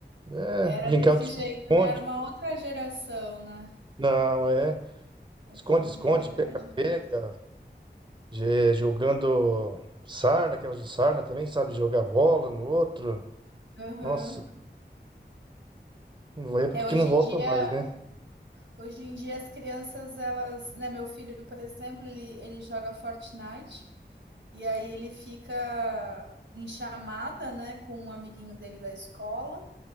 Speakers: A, on the right (about 25°); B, on the right (about 80°).
A: é,
B: Era
A: brincava
B: desse
A: de esconde-esconde.
B: jeito, né, era uma outra geração, né.
A: Não, é.
B: Hoje
A: Esconde-esconde,
B: em dia já
A: pega-pega.
B: é mais difícil.
A: Je- Jogando sarna, aquelas de sarna também, sabe? Jogar bola no outro.
B: Aham.
A: Nossa, não vai porque
B: É,
A: que
B: hoje
A: não volta
B: em dia
A: mais, né?
B: Hoje em dia as crianças, elas, né, meu filho, por exemplo, ele, ele joga Fortnite e aí ele fica em chamada, né, com um amiguinho dele da escola.